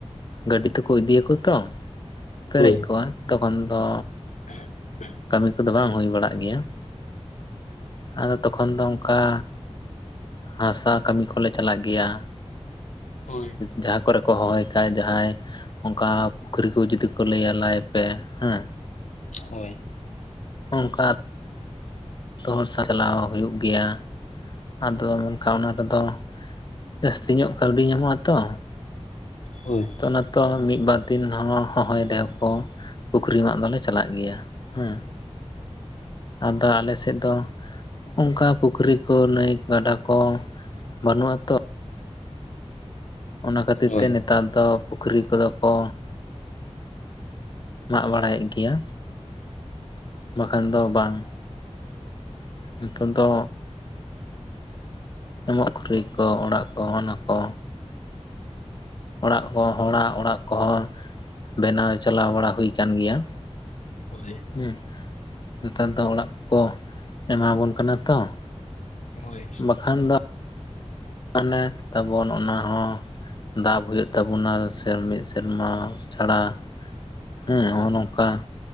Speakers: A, on the left; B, on the left.
A: ᱜᱟᱹᱰᱤ ᱛᱮᱠᱚ ᱤᱫᱤᱭᱟᱠᱚ ᱛᱚ ᱯᱮᱨᱮᱡ
B: ᱦᱳᱭ
A: ᱠᱚᱜᱼᱟ ᱛᱚᱠᱷᱚᱱ ᱫᱚ
B: <inaudible>
A: ᱠᱟᱹᱢᱤ ᱠᱚᱫᱚ ᱵᱟᱝ ᱦᱩᱭ ᱵᱟᱲᱟᱜ ᱜᱮᱭᱟ ᱟᱫᱚ ᱛᱚᱠᱷᱚᱱ ᱫᱚ ᱚᱱᱠᱟ ᱦᱟᱥᱟ ᱠᱟᱹᱢᱤ ᱠᱚᱞᱮ ᱪᱟᱞᱟᱜ ᱜᱮᱭᱟ
B: ᱦᱳᱭ
A: ᱡᱟᱦᱟᱸ ᱠᱚᱨᱮ ᱠᱚ ᱦᱚᱦᱚᱭ ᱠᱷᱟᱡ ᱡᱟᱦᱟᱸᱭ ᱚᱱᱠᱟ ᱯᱩᱠᱷᱨᱤ ᱠᱚ ᱡᱩᱫᱤ ᱠᱚ ᱞᱟᱹᱭᱟ ᱞᱟᱭ ᱯᱮ ᱦᱮᱸ
B: ᱦᱳᱭ
A: ᱚᱱᱠᱟ ᱡᱚᱛᱚ ᱦᱚᱲ ᱥᱟ ᱪᱟᱞᱟᱣ ᱦᱩᱭᱩᱜ ᱜᱮᱭᱟ ᱟᱫᱚ ᱢᱮᱱᱠᱷᱟᱱ ᱚᱱᱟ ᱨᱮᱫᱚ ᱡᱟᱹᱥᱛᱤ ᱧᱚᱜ ᱠᱟᱹᱣᱰᱤ ᱧᱟᱢᱚᱜᱼᱟ ᱛᱚ
B: ᱦᱳᱭ
A: ᱛᱚ ᱚᱱᱟ ᱛᱚ ᱢᱤᱫ ᱵᱟᱨ ᱫᱤᱱ ᱦᱚᱦᱚᱭ ᱨᱮᱦᱚᱸ ᱠᱚ ᱯᱩᱠᱷᱨᱤ ᱢᱟᱜ ᱫᱚᱞᱮ ᱪᱟᱞᱟᱜ ᱜᱮᱭᱟ ᱦᱮᱸ ᱟᱫᱚ ᱟᱞᱮᱥᱮᱫ ᱫᱚ ᱚᱱᱠᱟ ᱯᱩᱠᱷᱨᱤ ᱠᱚ ᱱᱟᱹᱭ ᱜᱟᱰᱟ ᱠᱚ ᱵᱟᱹᱱᱩᱜ ᱟ ᱛᱚ ᱚᱱᱟ ᱠᱷᱟᱹᱛᱤᱨ
B: ᱦᱳᱭ
A: ᱛᱮ ᱱᱮᱛᱟᱨ ᱫᱚ ᱯᱩᱠᱷᱨᱤ ᱠᱚᱫᱚ ᱠᱚ ᱢᱟᱜ ᱵᱟᱲᱟᱭᱮᱫ ᱜᱮᱭᱟ ᱵᱟᱠᱷᱟᱱ ᱫᱚ ᱵᱟᱝ ᱱᱤᱛᱚᱝ ᱫᱚ ᱮᱢᱚᱜ ᱠᱷᱩᱨᱟᱹᱭ ᱠᱚ ᱚᱲᱟᱜ ᱠᱚ ᱚᱱᱟ ᱠᱚ ᱚᱲᱟᱜ ᱠᱚ ᱦᱚᱲᱟᱜ ᱚᱲᱟᱜ ᱠᱚᱦᱚᱸ ᱵᱮᱱᱟᱣ ᱪᱟᱞᱟᱣ ᱵᱟᱲᱟ ᱦᱩᱭ ᱟᱠᱟᱱ ᱜᱮᱭᱟ
B: ᱦᱳᱭ <unintelligible>
A: ᱦᱩᱸ ᱱᱮᱛᱟᱨ ᱫᱚ ᱚᱲᱟᱜ ᱠᱚ ᱮᱢᱟᱵᱚᱱ ᱠᱟᱱᱟ ᱛᱚ
B: ᱦᱳᱭ
A: ᱠᱷᱟᱱ ᱫᱚ ᱢᱟᱱᱮ ᱛᱟᱵᱚᱱ ᱚᱱᱟ ᱦᱚᱸ ᱫᱟᱵ ᱦᱩᱭᱩᱜ ᱛᱟᱵᱚᱱᱟ ᱥᱮ ᱢᱤᱫ ᱥᱮᱨᱢᱟ ᱪᱷᱟᱲᱟ ᱦᱮ ᱱᱚᱜᱼᱚ ᱱᱚᱝᱠᱟ